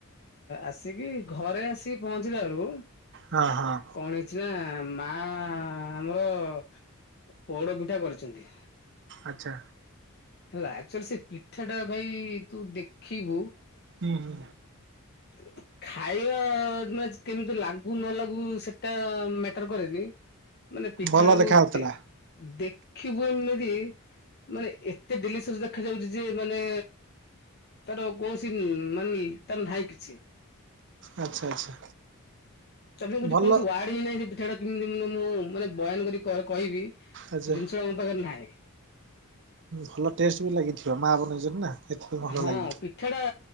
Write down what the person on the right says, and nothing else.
ହଁ ହଁ।
ଆଛା।
ହୁଁ ହୁଁ।
ଭଲ
ଦେଖା ଯାଉଥିଲା
ଆଚ୍ଛା ଆଚ୍ଛା
ଭଲ
ଆଚ୍ଛା
ଭଲ ଟେଷ୍ଟ ବି ଲାଗିଥିବ ମା ବନେଇଛନ୍ତି ନା। ସେଥିପାଇଁ ଭଲ
ଲାଗିବ।